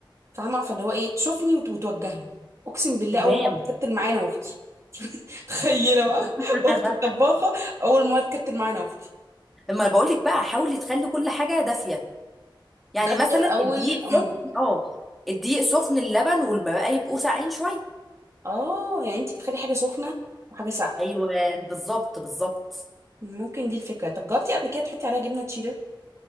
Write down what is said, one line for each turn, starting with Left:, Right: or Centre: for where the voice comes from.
Right: فاهمه فاللي هو ايه تشوفني وت- وتوجهني اقسم بالله
Centre: تمام
Right: اول مره اتكتل معايا انا واختي تخيله بقى
Centre: <laughs>
Right: <laughs> اختي الطباخه اول مره اتكتل معايا انا واختي
Centre: اما بقول لك بقى حاولي تخلي كل حاجه دافيه يعني
Right: دافيه
Centre: مثلا
Right: الاول
Centre: الدقيق
Right: أم.
Centre: سخن اه الدقيق سخن اللبن والماء يبقوا ساقعين شويه
Right: اه يعني انت بتخلي حاجه سخنه وحاجه ساقعه
Centre: ايوه بالظبط بالظبط
Right: ممكن دي الفكره طب جربتي قبل كده تحطي عليها جبنه تشيدر